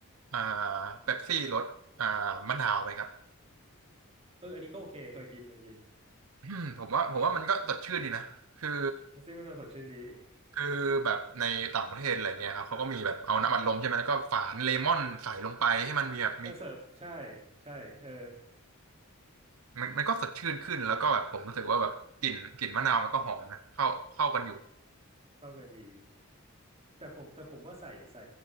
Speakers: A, on the right; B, on the right.
A: อ่าเป๊ปซี่รสอ่ามะนาวไหมครับ
B: เอออันนี้ก็โอเคเคยกินเคยกิน
A: อืมผมว่าผมว่ามันก็สดชื่นดีนะคือ
B: มันซิมันสดชื่นดี
A: คือแบบในต่างประเทศอะไรเงี้ยครับเขาก็มีแบบเอาน้ำอัดลมใช่ไหมแล้วก็ฝานเลมอนใส่ลงไปให้มันมีแบบมี
B: ก็เสิร์ฟใช่ใช่เออ
A: มันมันก็สดชื่นขึ้นแล้วก็แบบผมรู้สึกว่าแบบกลิ่นกลิ่นมะนาวมันก็หอมนะเข้าเข้ากันอยู่
B: เข้ากันดีแต่ผมแต่ผมว่าใส่ใส่